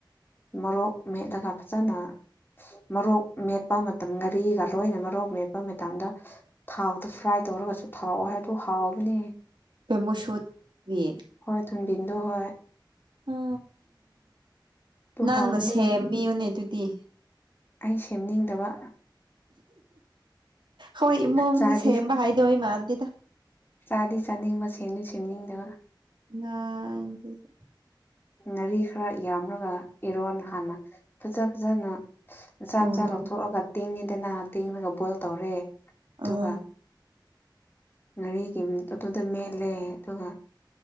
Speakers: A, on the left; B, on the right.
A: ꯃꯣꯔꯣꯛ ꯃꯦꯠꯂꯒ ꯐꯖꯅ ꯃꯣꯔꯣꯛ ꯃꯦꯠꯄ ꯃꯇꯝ ꯉꯥꯔꯤꯒ ꯂꯣꯏꯅ ꯃꯔꯣꯛ ꯃꯦꯠꯄ ꯃꯇꯝꯗ ꯊꯥꯎꯗ ꯐ꯭ꯔꯥꯏ ꯇꯧꯔꯒꯁꯨ ꯊꯥꯎꯑꯣꯏ ꯍꯥꯏꯗꯨ ꯍꯥꯎꯕꯅꯦ
B: ꯕꯦꯝꯕꯨꯁꯨꯠ ꯒꯤ
A: ꯍꯣꯏ ꯊꯨꯟꯕꯤꯟꯗꯣ ꯍꯣꯏ
B: ꯎ
A: ꯑꯗꯨ
B: ꯅꯪꯅ
A: ꯍꯥꯎꯕꯅꯦ
B: ꯁꯦꯝꯕꯤꯌꯨꯅꯦ ꯑꯗꯨꯗꯤ
A: ꯑꯩ ꯁꯦꯝꯅꯤꯡꯗꯕ
B: ꯍꯣꯏ ꯏꯃꯨꯡꯒꯤ
A: ꯆꯥꯗꯤ
B: ꯁꯦꯝꯕ ꯍꯩꯗꯣꯏ ꯃꯥꯟꯗꯦꯗ
A: ꯆꯥꯗꯤ ꯆꯥꯅꯤꯡꯕ ꯁꯦꯝꯗꯤ ꯁꯦꯝꯅꯤꯡꯗꯕ
B: ꯅꯥꯟ ꯖꯤꯖꯨ
A: ꯉꯥꯔꯤ ꯈꯔ ꯌꯥꯝꯂꯒ ꯏꯔꯣꯟ ꯍꯥꯟꯅ ꯐꯖ ꯐꯖꯅ ꯃꯆꯥ
B: ꯎꯝ
A: ꯃꯆꯥ ꯂꯧꯊꯣꯛꯑꯒ ꯇꯤꯡꯉꯤꯗꯅ ꯇꯤꯡꯉꯒ ꯕꯣꯏꯜ ꯇꯧꯔꯦ ꯑꯗꯨꯒ
B: ꯑꯥ
A: ꯉꯥꯔꯤꯒꯤ ꯑꯗꯨꯗ ꯃꯦꯠꯂꯦ ꯑꯗꯨꯒ